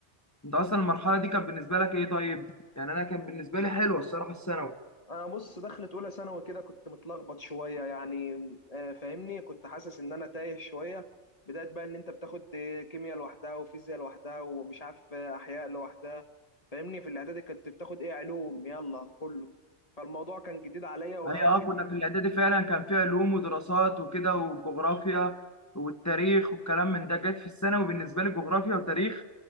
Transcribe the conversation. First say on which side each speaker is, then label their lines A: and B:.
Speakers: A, on the left; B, on the left.
A: انت اصلا المرحله دي كانت بالنسبه لك ايه طيب يعني انا كان بالنسبه لي حلوه الصراحه الثانوي
B: أنا بص دخلت أولى ثانوي كده كنت متلخبط شوية يعني آه، فاهمني كنت حاسس إن أنا تايه شوية بداية بقى إن أنت بتاخد آه، كيمياء لوحدها وفيزياء لوحدها ومش عارف آه، أحياء لوحدها فاهمني في الإعدادي كنت بتاخد إيه علوم يلا كله فالموضوع كان جديد عليا والواحد
A: هي اه
B: كان
A: كنا
B: إيه؟
A: في الاعدادي فعلا كان في علوم ودراسات وكده وجغرافيا والتاريخ والكلام من ده جت في الثانوي بالنسبه لي جغرافيا وتاريخ